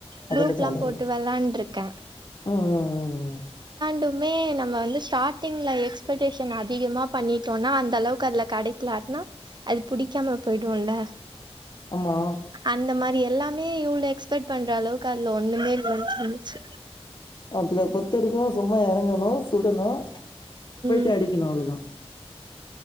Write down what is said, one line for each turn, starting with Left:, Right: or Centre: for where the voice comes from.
Right: குரூப்லா
Left: அதெல்லா ஜாலியா
Right: போட்டு
Left: இருக்கு
Right: வெளாண்ட்ருக்கே
Left: ம் ம் ம் ம்
Right: மட்டுமே நம்ம வந்து ஸ்டார்ட்டிங்ல எக்ஸ்பெக்டேஷன் அதிகமா பண்ணிட்டோனா அந்த அளவுக்கு அதுல கெடைக்கலனா அது புடிக்காம போய்டோல
Left: ஆமா
Right: அந்த மாரி எல்லாமே இவ்ளோ எக்ஸ்பெக்ட் பண்ற அளவுக்கு அதுல ஒண்ணுமே இல்லனு இருந்துச்சு
Left: அதுல பத்து இருக்கு சும்மா இறங்கணு சுடணு போயி்ட்டு
Right: ம்
Left: அடிக்கணு அவ்ளோதா